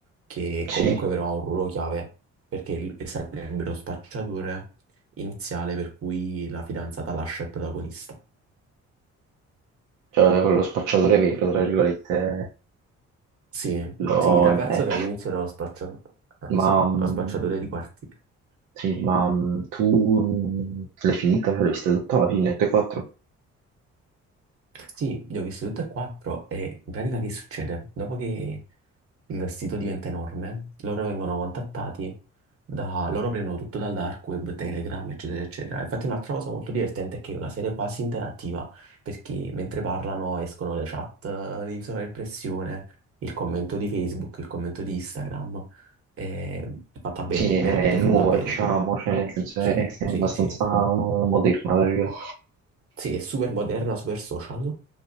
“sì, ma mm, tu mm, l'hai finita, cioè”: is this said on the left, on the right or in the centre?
Right